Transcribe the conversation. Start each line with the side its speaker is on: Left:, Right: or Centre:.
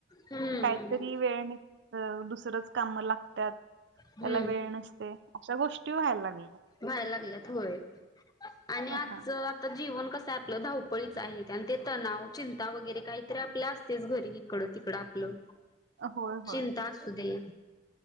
Left: हम्म.
Right: काहीतरी वेळ निघ दुस रच कामं लागत्यात
Left: हम्म.
Right: त्याला वेळ नसतय अशा गोष्टी व्हायला लागल्यात.
Left: व्हाय लागल्यात होय आणि आजचं
Right: हा
Left: आता जीवन कस आपलं धावपळीच आहेत आणि ते तणाव चिंता वगैरे काहीतरी आपल्या असतयचं घरी इकडं तिकडं लं
Right: होय होय
Left: चिंता असुदे.